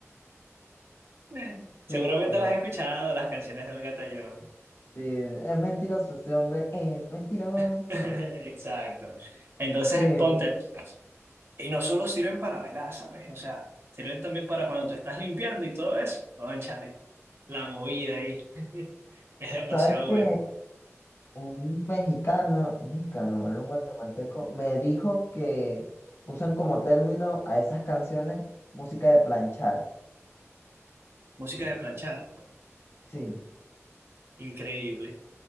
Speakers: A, on the right (about 50°); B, on the left (about 50°).
A: <laughs> Seguramente
B: Sí,
A: las has escuchado, las canciones de Olga Tañón.
B: sí, es mentiroso ese hombre, es mentiroso.
A: <laughs> Exacto. Entonces,
B: Sí,
A: ponte. Y no solo sirven para bailar ¿sabes? O sea, sirven también para cuando tú estás limpiando y todo eso. Cónchale, la movida ahí <laughs> es demasiado
B: Sabes que
A: bueno.
B: un mexicano, un mexicano, era un guatemalteco, me dijo que usan como término a esas canciones música de planchar.
A: Música de planchar,
B: Sí,
A: increíble.